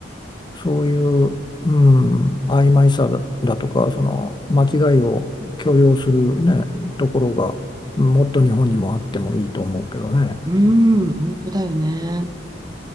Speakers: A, on the left; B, on the right.
A: そういう、うん、曖昧さだ、だとか、その間違いを許容するね、ところが、もっと日本にもあってもいいと思うけどね。
B: うん。本当だよね。